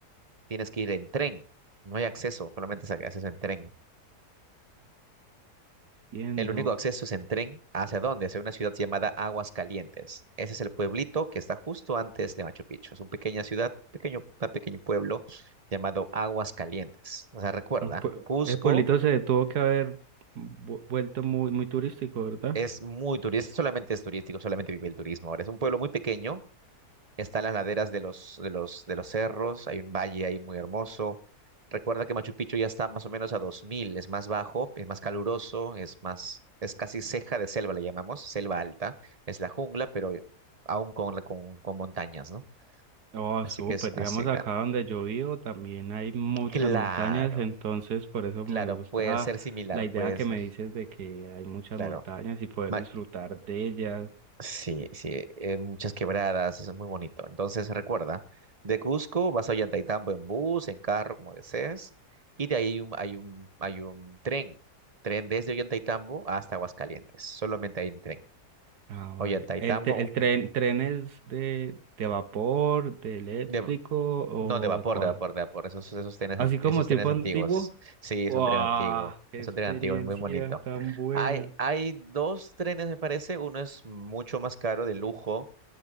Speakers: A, on the right; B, on the right.
A: tienes que ir en tren. No hay acceso, solamente es acceso en tren.
B: Entiendo.
A: El único acceso es en tren. ¿Hacia dónde? Hacia una ciudad llamada Aguas Calientes. Ese es el pueblito que está justo antes de Machu Picchu. Es una pequeña ciudad, pequeño, un pequeño pueblo llamado Aguas Calientes. O sea, recuerda,
B: Mm, pue-
A: Cusco.
B: El pueblito se tuvo que haber vu- vuelto muy, muy turístico, ¿verdad?
A: Es muy turístico, solamente es turístico, solamente vive el turismo. Ahora es un pueblo muy pequeño, está en las laderas de los, de los, de los cerros, hay un valle ahí muy hermoso. Recuerda que Machu Picchu ya está más o menos a 2000 es más bajo, es más caluroso, es más, es casi ceja de selva, le llamamos, selva alta, es la jungla, pero aún con, la- con, con montañas, ¿no?
B: Oh,
A: Así
B: súper.
A: que es así,
B: Digamos, acá
A: ah,
B: donde yo vivo también hay muchas
A: claro,
B: montañas, entonces por eso
A: claro,
B: me gusta
A: puede ser similar,
B: la idea
A: puede
B: que
A: ser,
B: me dices de que hay muchas
A: claro.
B: montañas y poder
A: Ma-
B: disfrutar de ellas.
A: Sí, sí, eh, muchas quebradas, eso es muy bonito. Entonces recuerda, de Cusco vas a Ollantaytambo en bus, en carro, como desees, y de ahí hay un, hay un, hay un tren, tren desde Ollantaytambo hasta Aguascalientes, solamente hay un tren.
B: Ah, vale.
A: Ollantaytambo,
B: ¿El, te- el tren, tren es de, de vapor, de eléctrico
A: de-
B: o
A: no de vapor,
B: de cuál?
A: de vapor, de vapor, esos, esos trenes,
B: Así
A: ant-
B: como
A: esos
B: tipo
A: trenes
B: antiguo.
A: antiguos. Sí, es
B: ¡Wow!
A: un tren antiguo,
B: ¡Qué
A: es
B: experiencia
A: un tren antiguo y muy bonito.
B: tan buena!
A: Hay, hay dos trenes, me parece, uno es mucho más caro, de lujo